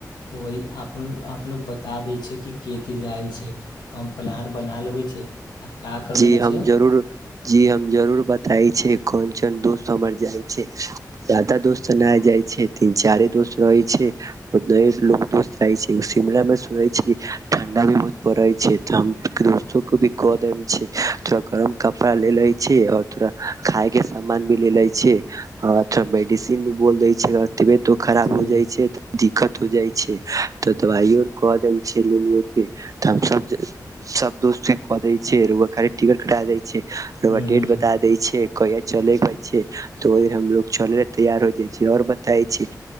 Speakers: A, on the left; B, on the right.
A: तऽ वही आपन अपलोग बता दै छै कि के के जायल छै, तऽ हम प्लान बना लेबे छै। आ का करबे
B: जी
A: ने
B: हम
A: छै
B: जरूर, जी हम जरूर बताय छी कोन चन दोस्त हमर जाय जादाा दोस्त नहि जाय छै, तीन-चारे दोस्त रहे छै, बदा एक लोग दोस्त रहय छै, शिमला में सुनै छै क ठंडा भी बहुत पड़ै छै, हम दोस्तो को भी कहै देब छै। थोड़ा गरम कपड़ा ले ले छी और थोड़ा खााय के सामान भी ले ले छी आऔर थोड़ा मेडिसिन भी बोल दे छै अ तबियतो खराब
A: जी
B: हो जाइ छै तऽ दिक्कत हो जाइ छै, तऽ दबाइयो कऽ दे छैिय ले लिये के तऽ हम सभ-सभ दोस्त के कऽ दै छियै रउवा खाली िकट कटा जाइ छै रउवा
A: हूं
B: डेट
A: हूं
B: बताई दै छै। कहिया चलेइ छै, तऽ ओहिर हमलोग चले ल तैयार हो जाइ छै, आओर बताै छी